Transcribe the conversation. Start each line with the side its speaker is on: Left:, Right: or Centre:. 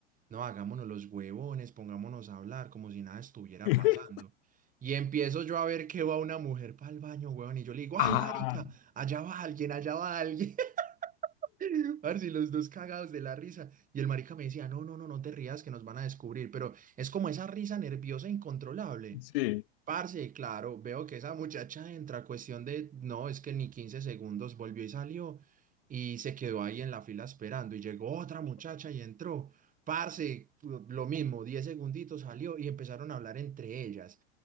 Right: No, hagámonos los huevones, pongámonos a hablar como si nada estuviera
Left: <laughs>
Right: pasando. Y empiezo yo a ver que va una mujer para el baño, huevón, y yo le digo, ay,
Left: ah,
Right: marica, allá va alguien, allá va alguien. <laughs> Parce, y los dos cagados de la risa. Y el marica me decía, no, no, no, no te rías que nos van a descubrir. Pero es como esa risa nerviosa incontrolable.
Left: sí.
Right: Parce, claro, veo que esa muchacha entra a cuestión de, no, es que ni 15 segundos volvió y salió y se quedó ahí en la fila esperando y llegó otra muchacha y entró. Parce, lo mismo, 10 segunditos salió y empezaron a hablar entre ellas.